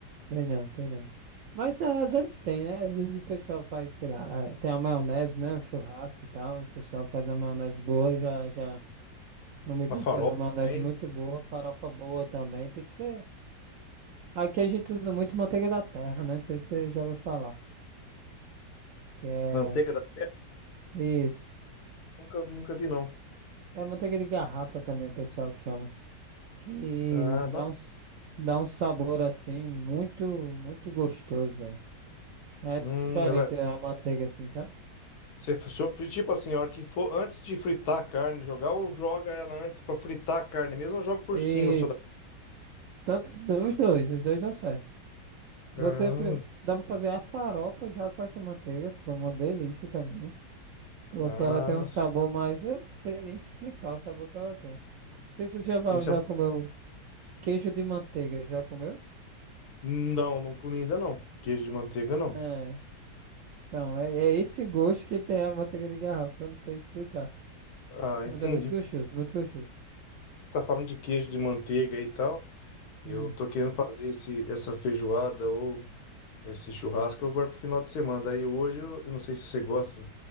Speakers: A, on the right; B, on the left.
A: Tem não, tem não. Mas ah, às vezes tem, né? Às vezes o pessoal faz, sei lá, ah, tem a maionese, né? Churrasco e tal. O pessoal faz uma maionese boa, já, já. Um amigo
B: Uma farofa
A: meu faz uma maionese
B: também,
A: muito
B: né?
A: boa, farofa boa também. Tem que ser. Aqui a gente usa muito manteiga da terra, né? Não sei se você já ouviu falar. Que é.
B: Manteiga da terra,
A: Isso.
B: nunca, nunca vi, não.
A: É manteiga de garrafa também, o pessoal chama. Que
B: Ah,
A: dá
B: bacana.
A: um, s- dá um sabor assim, muito, muito gostoso, velho. É
B: Hum,
A: diferente
B: ela. é.
A: a manteiga assim, sabe?
B: Você, se- tipo assim, a hora que for antes de fritar a carne, jogar, ou joga ela antes pra fritar a carne mesmo, ou joga por
A: Isso.
B: cima só da.
A: Tanto os dois, os dois dão certo.
B: Ah,
A: Você pre- dá pra fazer a farofa já com essa manteiga, fica uma delícia também. Porque
B: nossa.
A: ela tem um sabor mais. Eu não sei nem explicar o sabor que ela tem. Não sei se você já, va-
B: bem
A: já comeu. Queijo de manteiga, já comeu?
B: Não, não comi ainda não. Queijo de manteiga não.
A: É. Então, é, é esse gosto que tem a manteiga de garrafa, que eu não sei explicar.
B: Ah,
A: Mas
B: entendi.
A: é muito gostoso, muito gostoso.
B: Você tá falando de queijo de manteiga e tal. Eu
A: Hum.
B: tô querendo fazer esse, essa feijoada ou esse churrasco agora pro final de semana. Daí hoje eu, eu não sei se você gosta.